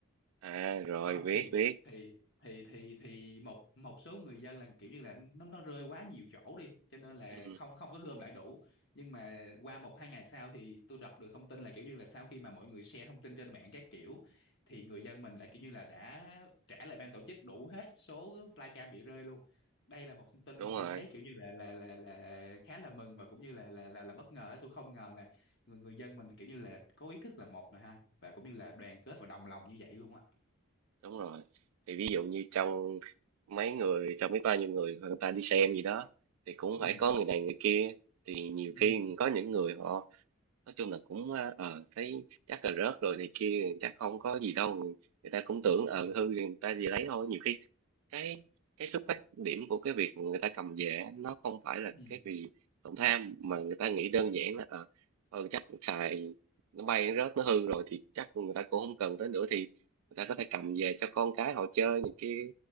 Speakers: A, on the right; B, on the left.
A: à rồi
B: đó
A: biết
B: thì
A: biết
B: thì thì thì thì một một số người dân là kiểu như là nó nó rơi quá nhiều chỗ đi cho nên là
A: ừ,
B: không không có gom lại đủ nhưng mà qua một hai ngày sau thì tôi đọc được thông tin là kiểu như là sau khi mà mọi người share thông tin trên mạng các kiểu thì người dân mình lại kiểu như là đã trả lại ban tổ chức đủ hết số flycam bị rơi luôn đây là một thông tin
A: đúng
B: mà
A: rồi
B: tôi thấy kiểu như là là là là khá là mừng và cũng như là là là, là bất ngờ tôi không ngờ là người người dân mình kiểu như là có ý thức là một rồi ha và cũng như là đoàn kết và đồng lòng như vậy luôn á
A: đúng rồi thì ví dụ như trong mấy người trong biết bao nhiêu người người ta đi xem gì đó thì cũng
B: ừ
A: phải có người này người kia thì nhiều
B: ừ
A: khi có những người họ Nói chung là cũng, a, ờ, thấy chắc là rớt rồi này kia, chắc không có gì đâu, người ta cũng tưởng,
B: ừ
A: ờ, hư thì người ta gì lấy thôi. Nhiều khi cái cái xuất phát điểm của cái việc người ta cầm về á, nó không phải là
B: ừ
A: cái vì lòng tham, mà người ta nghĩ đơn giản là, ờ, ừ, chắc xài nó bay nó rớt nó hư rồi thì chắc người ta cũng không cần tới nữa, thì người ta có thể cầm về cho con cái họ chơi này kia.